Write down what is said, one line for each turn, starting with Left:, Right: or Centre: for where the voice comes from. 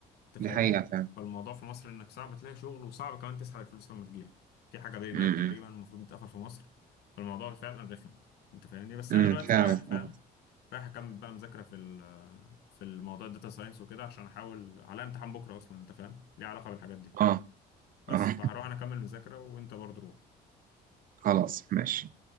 Left: انت
Right: دي
Left: فاهمني
Right: حقيقه فعلا
Left: فالموضوع في مصر انك صعب تلاقي شغل وصعب كمان تسحب الفلوس لما تجيلك في حاجه بيبال
Right: امم
Left: تقريبا المفروض تتقفل في مصر فالموضوع فعلا رخم انت فاهمني بس
Right: امم
Left: انا دلوقتي
Right: فعلا
Left: رايح فاهم
Right: اه
Left: رايح اكمل بقى مذاكره في ال- في الموضوع الداتا ساينس وكده عشان احاول على امتحان بكره اصلا انت فاهم ليه علاقه بالحاجات دي
Right: اه
Left: بس
Right: آه.
Left: فهروح انا اكمل مذاكره وانت برضه روح
Right: <laughs> خلاص ماشي